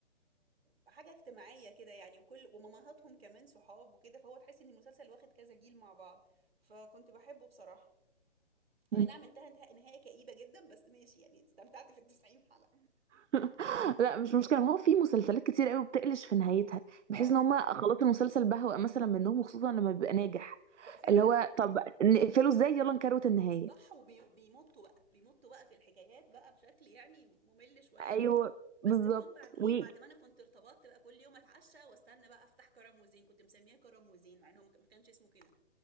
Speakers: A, on the right; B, on the right.
A: وحاجة اجتماعية كده يعني وكل ومامهاتهم كمان صحاب وكده فهو تحس ان المسلسل واخد كذا جيل مع بعض فكنت بحبه بصراحة
B: مم.
A: اي نعم انتهى انتهى نهاية كئيبة جدا بس ماشي يعني استمتعت في التسعين حلقة
B: <laughs> لا مش مشكلة ما هو في مسلسلات كتير قوي بتقلش في نهايتها بحيث
A: اه
B: ان هما خلاص المسلسل بهوأ مثلا منهم وخصوصا لما بيبقى ناجح
A: ط- فعلا
B: اللي هو طب نقفله ازاي يلا نكروت النهاية
A: صح وبيمطوا بقى بيمطوا بقى في الحكايات بقى بشكل يعني ممل شوية
B: ايوه
A: بس
B: بالظبط
A: بجون بعد ايه
B: ويجي
A: بعد ما انا كنت ارتبطت بقى كل يوم اتعشى واستنى بقى افتح كرم وزين كنت مسمياه كرم وزين مع انه ما كانش اسمه كده